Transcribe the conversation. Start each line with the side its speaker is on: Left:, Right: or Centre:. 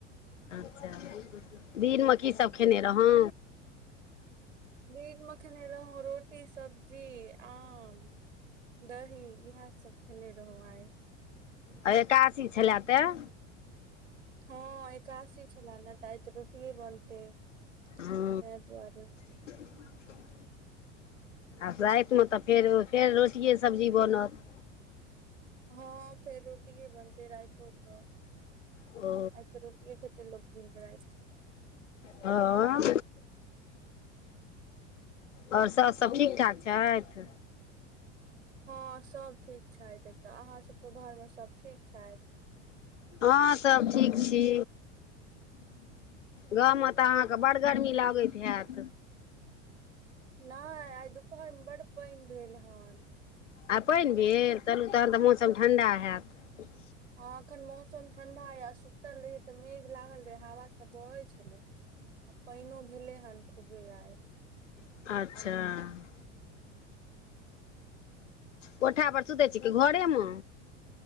Left: अच्छा दिनमे की सब खेने रहौ
Right: दिन मे खेने रहौ रोटी सब्जी आम दही इहै सब खेने रहुँ आय
Left: आ एकासी छलै तैय
Right: हँ एकादशी छलै ने तऽ आय रोटी बनते ताइ
Left: हँ
Right: दुआरे
Left: <unintelligible> आब रातिमे तऽ फेर फेर रोटिए सब्जी बनत
Right: हँ फेर रोटीये बनते रातो कऽ
Left: ओ
Right: आइ तऽ रोटीेये खेतै लोक दिन राइत
Left: हँ आओर सास सब ठीक ठाक छैथ
Right: हँ सब ठीक छैथ तऽ अहाँ सबके घरमे सब ठीक छैथ
Left: हँ सब ठीक छी गाँव म तऽ अहाँ क बड़ गर्मी लागैत हैत
Right: नाइ आइ दुपहर मे बड पाइन भेल हन
Left: आ पानि भेल चलू तहन तऽ मौसम ठण्डा हैत
Right: हँ एखन मौसम ठंडा या सुतल रहै तऽ मेघ लागल रहै हवा सभ बहैत छलै आ पाइनो भेले हन खूबे आय
Left: अच्छह कोठा पर सुतै छी की घरे मऽ